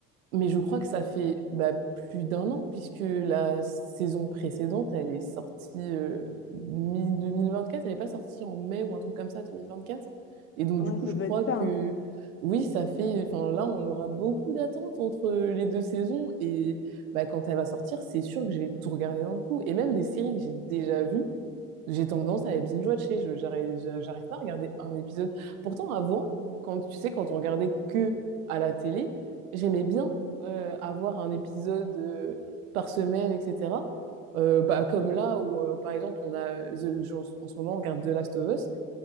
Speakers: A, on the right; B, on the left.
A: Mais je crois que ça fait bah, plus d'un an, puisque la saison précédente, elle est sortie euh, mi-2024, elle n'est pas sortie en mai ou un truc comme ça, 2024. Et donc,
B: Ouais,
A: du coup,
B: ça
A: je
B: doit
A: crois
B: être
A: que
B: ça, hein.
A: oui, ça fait. Enfin, là, on aura beaucoup d'attentes entre les deux saisons. Et bah, quand elle va sortir, c'est sûr que je vais tout regarder d'un coup. Et même des séries que j'ai déjà vues, j'ai tendance à les binge-watcher, je j'arrive je- j'arrive pas à regarder un épisode. Pourtant, avant, quand tu sais, quand on regardait que à la télé, j'aimais bien euh, avoir un épisode euh, par semaine, etc. Euh, bah, comme là où, euh, par exemple, on a euh, The- genre, en ce moment, on regarde The Last of Us